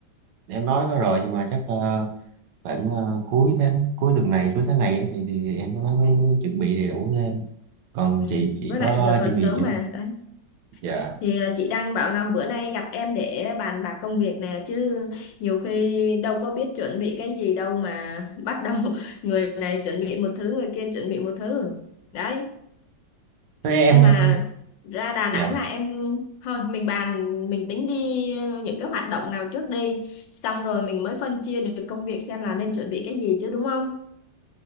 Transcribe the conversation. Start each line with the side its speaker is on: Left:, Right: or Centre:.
Right: em nói nó rồi nhưng mà chắc ờ, khoảng ờ, cuối tháng cuối tuần này cuối tháng này á, thì, thì em nó mới mới chuẩn bị đầy đủ thêm còn
Left: ừ.
Right: chị chị
Left: với
Right: có
Left: lại giờ còn
Right: chuẩn
Left: sớm
Right: bị chưa
Left: mà đấy
Right: dạ
Left: thì à, chị đang bảo là bữa nay gặp em để bàn bạc công việc nè chứ nhiều khi đâu có biết chuẩn bị cái gì đâu mà <laughs> bắt đầu người này chuẩn bị một thứ người kia chuẩn bị một thứ đấy
Right: Thế em
Left: Em
Right: không
Left: mà ra Đà
Right: dạ
Left: Nẵng là em thôi mình bàn mình tính đi những cái hoạt động nào trước đi xong rồi mình mới phân chia được công việc xem là nên chuẩn bị cái gì chứ đúng không?